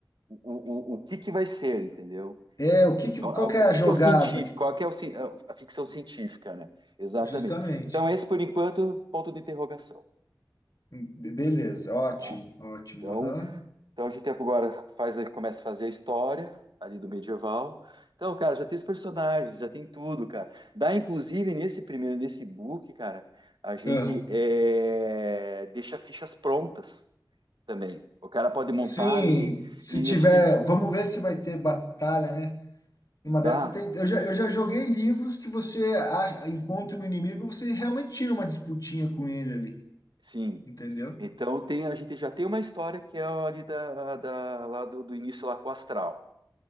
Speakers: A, on the right; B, on the left.
A: o, o, o que que vai ser, entendeu?
B: É, o que que,
A: É O, é
B: qual
A: o-
B: que é
A: o
B: a
A: que
B: jogada?
A: que é o científico? Qual que é o, ci- a ficção científica, né? Exatamente.
B: Justamente.
A: Então, esse, por enquanto, ponto de interrogação,
B: Be- Beleza, ótimo,
A: tá?
B: ótimo.
A: Então,
B: aham.
A: Então a gente agora faz, começa a fazer a história ali do medieval. Então, cara, já tem os personagens, já tem tudo, cara. Dá, inclusive, nesse primeiro, nesse book, cara, a gente
B: Ah,
A: é, deixa fichas prontas também. O cara pode montar
B: Sim,
A: ali
B: se
A: e
B: tiver,
A: a gente
B: vamos ver se vai ter batalha, né? Uma
A: dá,
B: dessa tem. Eu já, eu já joguei livros que você acha, encontra o inimigo, você realmente tira uma disputinha com ele ali,
A: sim.
B: entendeu?
A: Então tem, a gente já tem uma história que é ali da, da- lá do, do início lá com o Astral,